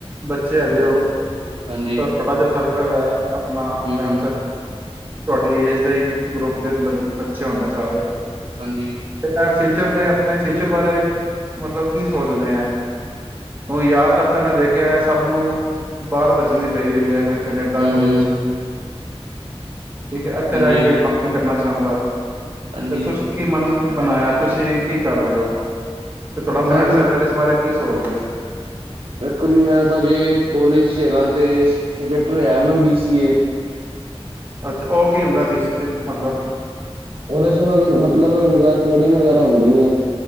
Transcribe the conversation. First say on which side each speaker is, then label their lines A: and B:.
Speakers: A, on the right; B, on the right.
A: ਬੱਚੇ ਹੈਗੇ ਹੋ। ਸ
B: ਹਾਂਜੀ
A: ਥੋੜਾ ਜਿਹਾ ਸਾਰਾ <inaudible> ਗੱਲ। ਆਪਣਾ
B: ਹਮ
A: ਫਰੈਂਡ
B: ਹਮ
A: ਸ ਤੁਹਾਡੀ ਏਜ ਦੇ ਗਰੁੱਪ ਦੇ ਬੱਚੇ ਹੋਣੇ ਸਾਰੇ
B: ਹਾਂਜੀ
A: <unintelligible> ਫਿਊਚਰ ਦੇ ਆਪਣੇ ਫਿਊਚਰ ਬਾਰੇ ਮਤਲਬ ਕੀ ਸੋਚਦੇ ਹੈ, ਕਿਉਕਿ ਜ਼ਿਆਦਾਤਰ ਤਾਂ ਮੈਂ ਦੇਖਿਆ ਸਭ ਨੂੰ ਬਾਹਰ ਭੱਜਣੀ ਪਈ ਹੋਈ ਹੈ ਕੋਈ ਕਨੇ
B: ਹਮ
A: ਕੋਈ
B: ਹਮ
A: ਠੀਕ ਹੈ ਐਥੇ
B: ਹਾਂਜੀ
A: ਰਹਿ ਕੇ ਕੋਈ ਕੰਮ ਨੀ ਕਰਨਾ। ਚਾਦਾ
B: ਹਾਂਜੀ
A: ਤੇ ਤੁਸੀਂ ਕੀ ਬਨ ਬਣਾਇਆ, ਤੁਸੀਂ ਕੀ ਕਰ ਰਹੇ ਹੋ? ਤੇ ਤੁਹਾਡਾ
B: ਮੈਂ
A: ਫਰੈਂਡ
B: ਤਾਂ
A: ਸਰਕਲ ਇਸ ਬਾਰੇ ਕੀ ਸੋਚਦਾ ਹੈ?
B: ਦੇਖੋ ਜੀ ਮੈਂ ਤਹਿ ਜੀ ਕੋਾਲਜ ਚ ਹੈਗਾ ਤੇ ਸਬਜੈਕਟ ਲਿਆ ਮੈਂ ਬੀ ਸੀ ਏ।
A: ਅੱਛਾ ਉਹ ਕੀ ਹੁੰਦਾ? ਬੀ ਸੀ ਅ ਮਤਲਬ
B: ਉਹਦੇ ਚ ਮਗ ਮਤਲਬ ਵਗੈਰਾ ਕੋਡੀਗ ਵਗੈਰਾ ਹੁੰਦੀ ਹੈ।